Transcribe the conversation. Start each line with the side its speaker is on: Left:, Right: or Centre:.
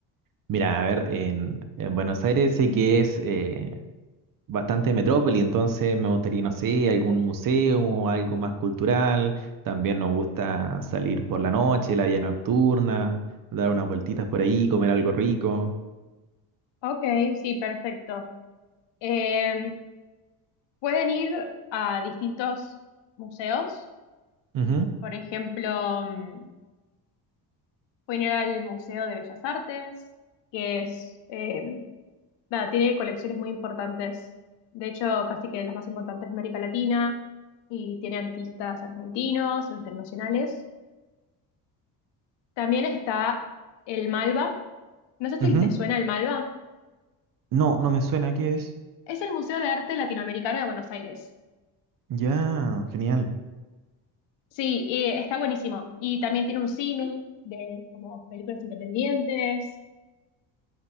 Right: Mira, a ver, en, en Buenos Aires sé que es eh, bastante metrópoli, entonces me gustaría, no sé, algún museo, algo más cultural. También nos gusta salir por la noche, la vida nocturna, dar unas vueltitas por ahí, comer algo rico.
Left: Ok, sí, perfecto. Em, pueden ir a distintos museos,
Right: Ujú,
Left: por ejemplo, mm, Pueden ir al Museo de Bellas Artes, que es, eh, nada, tiene colecciones muy importantes, de hecho, casi que las más importantes de América Latina, y tiene artistas argentinos o internacionales. También está el Malva. No sé si
Right: ujú.
Left: te suena el Malva.
Right: No, no me suena, ¿qué es?
Left: Es el Museo de Arte Latinoamericano de Buenos Aires.
Right: Ya, genial.
Left: Sí, y está buenísimo. Y también tiene un cine de como películas independientes.